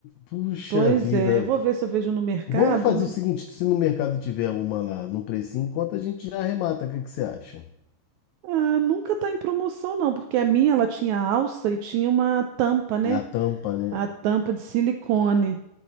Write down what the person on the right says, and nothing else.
Pois
é, eu vou ver se eu vejo no mercado,
né?
Ah, nunca tá em promoção não, porque a minha ela tinha alça e tinha uma tampa, né?
A tampa de silicone.